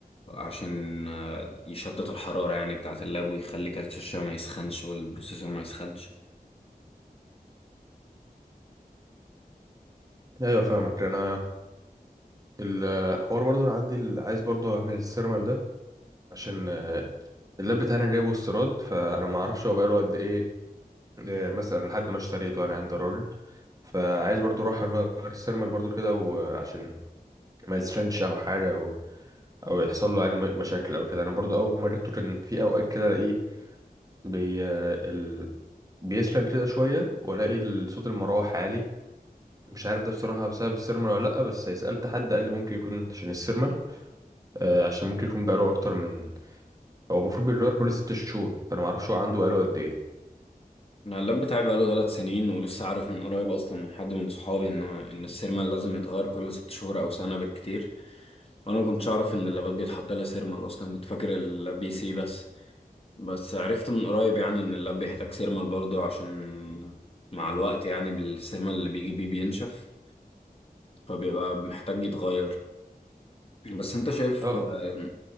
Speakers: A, on the left; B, on the right.
A: عشان آه، يشتت الحرارة يعني بتاعة اللاب ويخلي كارت الشاشة ما يسخنش والبروسيسور ما يسخنش
B: ايوه فاهمك انا الحوار برضو انا عندي ال- عايز برضو اعمل السيرمال ده عشان آه، اللاب بتاعنا جايبه استيراد فانا ما اعرفش هو بقاله قد ايه آه، مثلا لحد ما اشتريته انا عند الراجل فعايز برضو اروح اغير السيرمال برضو كده وعشان ما يسخنش او حاجه او او يحصل له يعني م- مشاكل او كده انا برضو اول ما جبته كان في اوقات كده الاقيه بي آه، ال... بيسخن كده شويه والاقي ال- صوت المروحه عالي مش عارف ده بصراحه بسبب السيرمال ولا لا بس سالت حد قال لي ممكن يكون عشان السيرمال آه، عشان ممكن يكون بقاله اكتر من هو المفروض بيتغير كل ست شهور فانا ما اعرفش هو عنده بقاله قد ايه
A: أنا اللاب بتاعي بقاله ثلاث سنين ولسه عارف من قريب أصلا من حد من صحابي إن إن السيرما لازم يتغير كل ست شهور أو سنة بالكتير وأنا ما كنتش أعرف إن اللابات بيتحط لها سيرما أصلا كنت فاكر البي سي بس بس عرفت من قريب يعني ان اللاب بيحتاج سيرمال برضه عشان مع الوقت يعني بالسيرمال اللي بيجي بيه بينشف فبيبقى محتاج يتغير بس انت شايف
B: اه
A: آه،